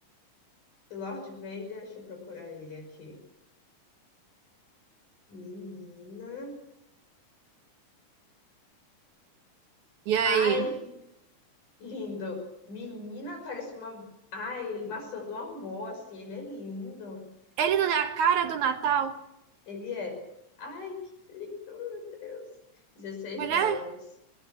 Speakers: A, on the left; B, on the right.
A: Lord Vader, deixa eu procurar ele aqui. Menina.
B: E aí?
A: Ai, lindo. Menina, parece uma. Ai, maçã do amor, assim. Ele é lindo.
B: Ele não é a cara do Natal?
A: Ele é. Ai, que lindo, meu Deus. 16
B: Mulher,
A: dólares.